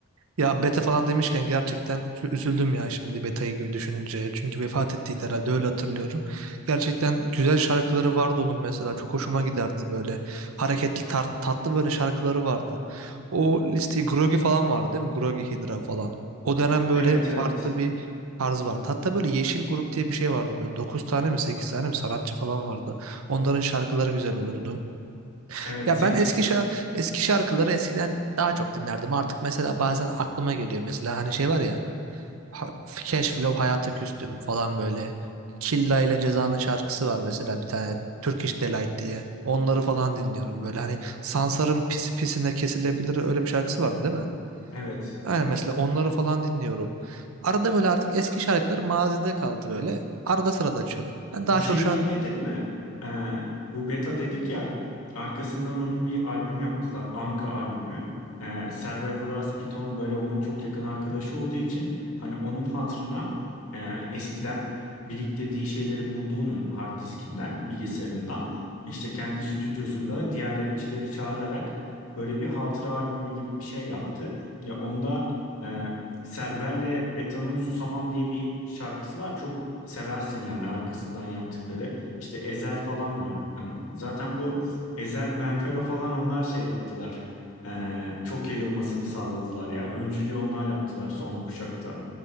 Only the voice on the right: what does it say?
Ya beta falan demişken gerçekten şu- üzüldüm ya şimdi betayı gö- düşününce. Çünkü vefat ettiydi herhalde öyle hatırlıyorum. Gerçekten güzel şarkıları vardı onun mesela. Çok hoşuma giderdi böyle. Hareketli tar- tatlı böyle şarkıları vardı. O listeyi Grogi falan vardı değil mi? Grogi Hydra falan. O dönem böyle
farklı
bir tarz vardı. Hatta böyle Yeşil Grup diye bir şey vardı böyle. dokuz tane mi 8 tane mi sanatçı falan vardı. Onların şarkıları güzel olurdu.
Ya
ben eski şa- eski şarkıları eskiden daha çok dinlerdim. Artık mesela bazen aklıma geliyor mesela hani şey var ya ha- Cash Flow Hayata Küstüm falan böyle. Killa ile Ceza'nın şarkısı var mesela bir tane Turkish Delight diye. Onları falan dinliyorum böyle hani Sansar'ın pis pisine kesilebilir öyle bir şarkısı vardı değil mi?
Aynen mesela onları falan dinliyorum. Arada böyle artık eski şarkıları mazide kaldı böyle. Arada sırada açıyorum. Ben daha
çok şu an